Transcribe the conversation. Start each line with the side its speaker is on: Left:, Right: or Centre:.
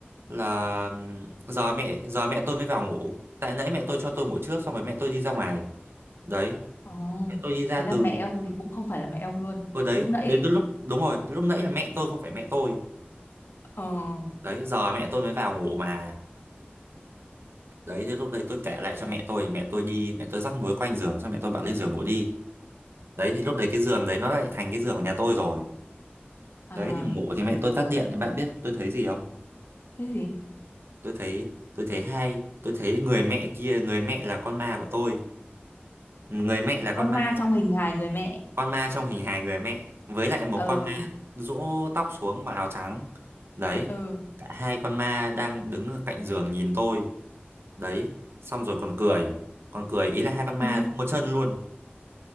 Right: là ừm, giờ mẹ giờ mẹ tôi mới vào ngủ tại nãy mẹ tôi cho tôi ngủ trước xong rồi mẹ tôi đi ra ngoài đấy
Left: Ồ,
Right: mẹ tôi đi ra
Left: thế
Right: từ
Left: là mẹ ông thì cũng không phải là mẹ ông luôn.
Right: cô đấy
Left: Lúc nãy
Right: đến
Left: ấy.
Right: cái lúc đúng rồi lúc nãy là mẹ tôi không phải mẹ tôi
Left: Ờ.
Right: đấy giờ mẹ tôi mới vào ngủ mà đấy thì lúc đấy tôi kể lại cho mẹ tôi thì mẹ tôi đi mẹ tôi rắc muối quanh giường xong mẹ tôi bảo lên giường ngủ đi đấy thì lúc đấy cái giường đấy nó lại thành cái giường của nhà tôi rồi
Left: À,
Right: đấy thì ngủ thì mẹ tôi tắt điện thì bạn biết tôi thấy gì không
Left: thế gì?
Right: tôi thấy tôi thấy hay tôi thấy người mẹ kia người mẹ là con ma của tôi người mẹ là con
Left: con
Right: ma
Left: ma trong hình hài người mẹ
Right: con ma trong hình hài người mẹ với lại một
Left: ừ
Right: con ma rũ tóc xuống mặc áo trắng đấy
Left: ừ
Right: cả hai con ma đang đứng ở cạnh giường nhìn tôi đấy xong rồi còn cười còn cười ý là hai con ma
Left: <laughs> Là-
Right: không có chân luôn